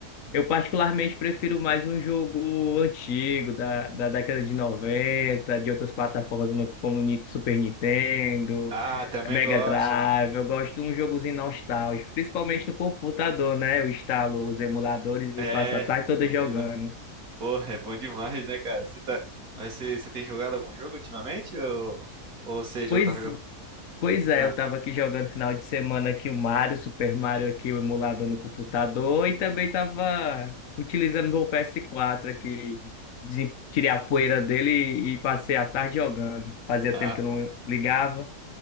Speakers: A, on the left; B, on the right.
A: Eu particularmente prefiro mais um jogo antigo, da, da década de 90, de outras plataformas como Ni- Super Nintendo,
B: Ah, também
A: Mega
B: gosto,
A: Drive.
B: mano.
A: Eu gosto de um jogozinho nostálgico, principalmente no computador, né? Eu instalo os emuladores
B: Pô,
A: e
B: É,
A: passo a tarde toda
B: bom
A: jogando.
B: demais. Porra, é bom demais, né, cara? Você tá... Mas você, você tem jogado algum jogo ultimamente? Ou, ou você já
A: Pois
B: tá jogando?
A: Pois é,
B: Ah,
A: eu tava aqui jogando final de semana aqui o Mario, Super Mario aqui, o emulador no computador, e também tava utilizando meu PS4 aqui, de- tirei a poeira dele e, e passei a tarde jogando. Fazia
B: ah,
A: tempo que eu não ligava.